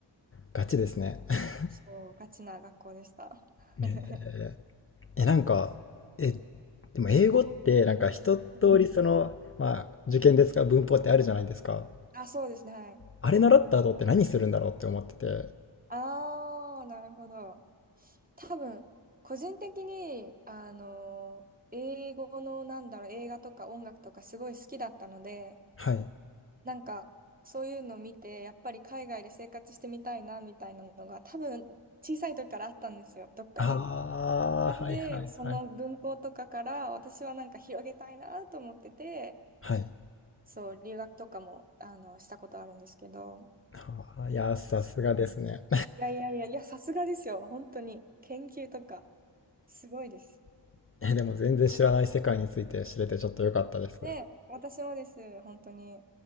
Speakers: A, on the left (about 30°); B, on the right (about 20°).
A: ガチですね。<laughs>
B: そう、ガチな学校でした。
A: ね
B: <laughs>
A: え、なんか、え、でも英語ってなんか一通りその、
B: うん
A: まあ、受験ですか、文法ってあるじゃないですか。
B: あ、そうですね。はい。
A: あれ習った後って何するんだろうって思ってて。
B: ああ、なるほど。多分、個人的に、あの、英語の、なんだろう、映画とか音楽とかすごい好きだったので、
A: はい。
B: なんか、そういうの見て、やっぱり海外で生活してみたいな、みたいなのが、多分、小さい時からあったんですよ、どっかに。
A: あ
B: なんで、
A: あ、はいはいはい。
B: その文法とかから私はなんか広げたいなと思ってて、
A: はい。
B: そう、留学とかも、あの、したことあるんですけど、
A: あーいやー、さすがですね。
B: そういやいやいや、いや、さすがですよ。本当に。研究とか、すごいです。
A: <laughs> え、でも全然知らない世界について知れてちょっと良かったです。
B: で、私もです。本当に。